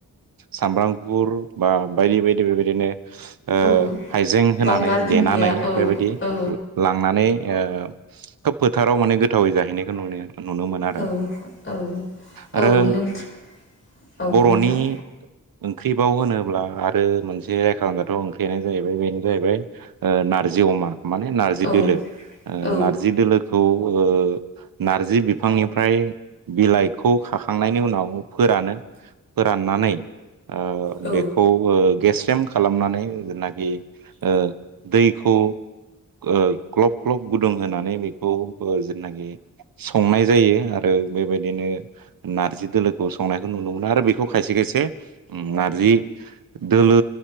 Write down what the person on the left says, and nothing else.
औ
गंगार दुन्दिया
औ
औ
औ औ
औ नोंगौ औ
नोंथां।
औ
औ
औ